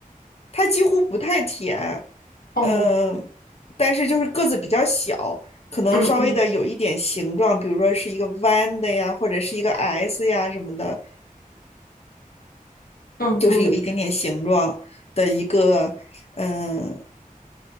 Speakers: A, on the left; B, on the left.
A: 它几乎不太甜，
B: 哦，
A: 嗯、但是就是个子比较小，可能稍微的有一点形状，
B: 嗯嗯
A: 比如说是一个弯的呀，或者是一个 S 呀什么的，
B: 嗯嗯，
A: 就是有一点点形状的一个，嗯、